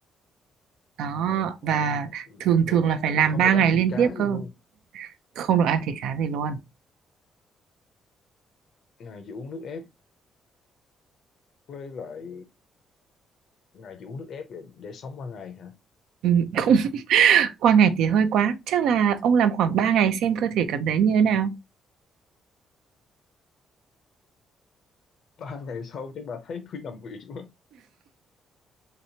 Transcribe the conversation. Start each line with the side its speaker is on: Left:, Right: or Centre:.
Right: đó
Left: Ôi,
Right: và
Left: ờ,
Right: thường
Left: rồi
Right: thường là phải
Left: rồi
Right: làm
Left: không
Right: 3
Left: được ăn
Right: ngày
Left: thịt
Right: liên
Left: cá
Right: tiếp cơ
Left: gì luôn
Right: không được ăn thịt cá gì luôn
Left: ngày chỉ uống nước ép với lại ngày chỉ uống nước ép để, để sống qua ngày hả
Right: ừ, cũng <laughs> qua ngày thì hơi quá chắc là ông làm khoảng 3 ngày xem cơ thể cảm thấy như thế nào
Left: ba <laughs> ngày sau chắc bà thấy tôi nằm viện quá